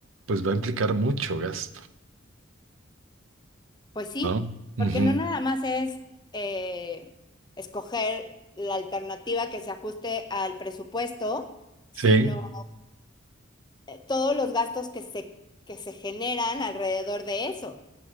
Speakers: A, on the right; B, on the left.
A: pues va a implicar mucho gasto,
B: Pues sí,
A: ¿no? Ujú.
B: porque no nada más es eh, escoger la alternativa que se ajuste al presupuesto, sino
A: Sí,
B: eh, todos los gastos que se, que se generan alrededor de eso.